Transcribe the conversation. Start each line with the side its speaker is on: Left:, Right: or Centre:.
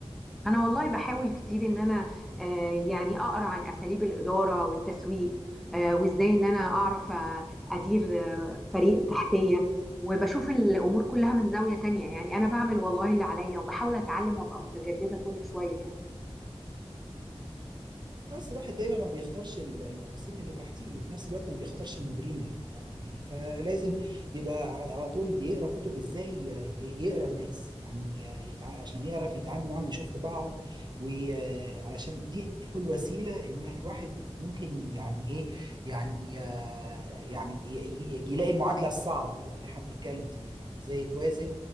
Centre: انا والله بحاول كتير ان انا آه، يعني اقرا عن اساليب الاداره والتسويق آه، وازاي ان انا اعرف آه، ادير آه، فريق تحتيه وبشوف الامور كلها من زاويه تانية يعني انا بعمل والله اللي عليا وبحاول اتعلم وابقى متجدده كل شويه يعني
Right: بس الواحد دايما ما بيختارش ال- المرؤوسين اللي تحتيه وفي نفس الوقت ما بيختارش المديرين اللي فوق يعني فلازم يبقى ع- على طول بيقرا كتب ازاي ي- يقرا الناس يعني يتع... عشان يعرف يتعامل معاهم ويشوف طباعهم وعلشان دي الوسيله ان الواحد ممكن يعني ايه يعني آه، يعني ي- ي- يلاقي المعادله الصعبه دي بقى اللي احنا بنتكلم فيها يعني ازاي توازن